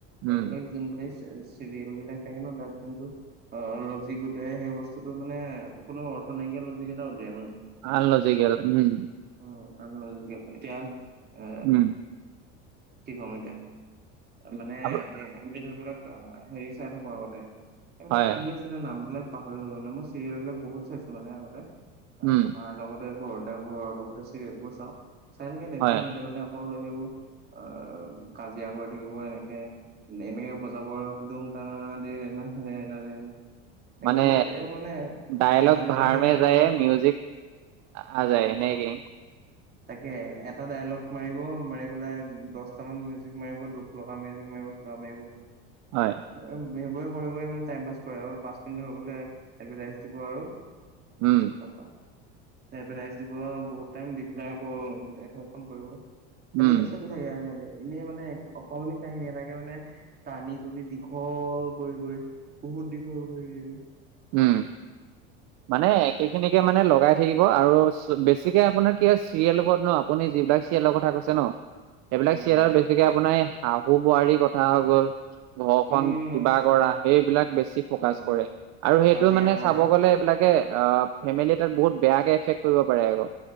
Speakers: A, on the right (about 60°); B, on the right (about 30°).
A: উম
B: এইবিলাক যোনবিলাক আ, চিৰিয়েলবিলাক থাকে ন' তাত যোনটো অ', লজিক উলিয়াই সেই বস্তুটো মানে কোনো অৰ্থ নাইকিয়া লজিক এটা উলিয়াই মান
A: আল লজিকেল, উম।
B: উম, আনলজিকেল, এতিয়া এ
A: উম।
B: কি কম এতিয়া? মানে
A: আপ-
B: এ, আমি যোনবিলাক আ, হেৰি চাই থাকো আগতে এইবিলাক
A: হয়
B: কি আছ <unintelligible> নামবিলাক পাহৰি গ'লোনে, মই চিৰিয়েল বিলাক বহুত চাইছো মানে আগতে।
A: উম।
B: তাৰ লগতে ঘৰতে ঘৰৰ লগতে চিৰিয়েল বোৰ চাও, চাই থাকে দেখো
A: হয়
B: সিহতি মানে কল সেইবো আ, কাজিয়া কৰি থাকিব এনেকে, <unintelligible> বজ জাবৰ দুম তানানা দেৰে না। দে না দে না। এইবোৰ
A: মানে
B: কৰি এইবোৰ মানে
A: ডাইলগ
B: এই মানুহ
A: ভাৰ
B: এটাক দেখুৱাব
A: মে যায়ে
B: আৰু
A: মিউজিক আজাই
B: উম,
A: নেকি।
B: তাকে এটা ডায়লগ মাৰিব, মাৰি পেলাই দহটা মান মিউজিক মাৰিব, দুখ লগা মিউজিক মাৰিব, কিবা মাৰিব।
A: হয়।
B: এব সেইবোৰে কৰি কৰি মানে টাইম পাছ কৰে আৰু পাঁচ মিনিট হৈগ'লে এডভেটাইছ দিব আৰু।
A: উম।
B: তাপা এডভেটাইছ দিব বহুত টাইম দি পেলাই আকৌ <unintelligible> খন কৰিব। তেনেকে
A: উম
B: চলি থাকে আৰু সেহেঁতি এনেই মানে অকমানি কাহিনী এটাকে মানে টানি টুনি দীঘল কৰি কৰি, বহুত দীঘল কৰি দিয়েগে।
A: উম। মানে একে খিনিকে মানে লগাই থাকিব আৰু চ বেছিকে আপোনাৰ কি হয় চিৰিয়েলৰ বোৰত ন' আপুনি যিবিলাক চিয়েলৰ কথা কৈছে ন' এইবিলাক
B: উম
A: চিয়েলত
B: উম
A: বেছিকে আপোনাৰ এই শাহু বোৱাৰীৰ কথা হৈ গ'ল ঘৰখন
B: উম
A: কিবা কৰা, সেইবিলাক বেছি ফ'কাচ
B: উম উম
A: কৰে আৰু সেইটো
B: কাজিয়া
A: মানে
B: কৰা
A: চাব গ'লে এইবিলাকে ফেমিলি অ' এটাত বহুত বেয়াকে এফেক্ট কৰিব পাৰে আক'